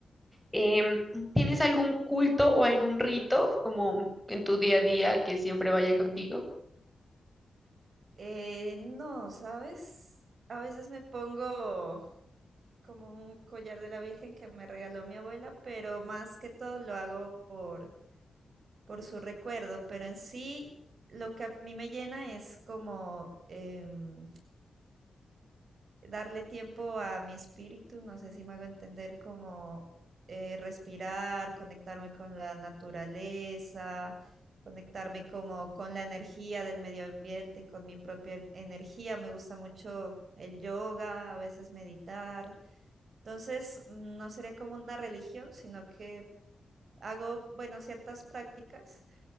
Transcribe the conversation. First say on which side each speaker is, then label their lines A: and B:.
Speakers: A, in the centre; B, on the right (about 55°).
A: Em, ¿tienes algún culto o algún rito como en tu día a día que siempre vaya contigo?
B: Eh, no, ¿sabes? A veces me pongo como un collar de la Virgen que me regaló mi abuela, pero más que todo lo hago por, por su recuerdo, pero en sí lo que a mí me llena es como... em, darle tiempo a mi espíritu, no sé si me hago entender como eh, respirar, conectarme con la naturaleza, conectarme como con la energía del medio ambiente, con mi propia energía. Me gusta mucho el yoga, a veces meditar. Entonces, no sería como una religión, sino que hago, bueno, ciertas prácticas